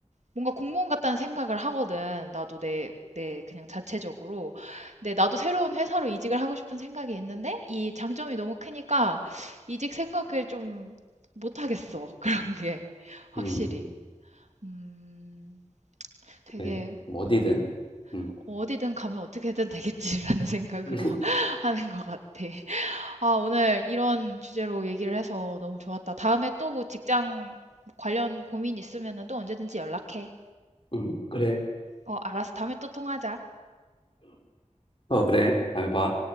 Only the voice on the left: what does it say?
음.
그래. 뭐
어디든. 음.
<laughs>
음. 그래.
어, 그래. 다음에 봐.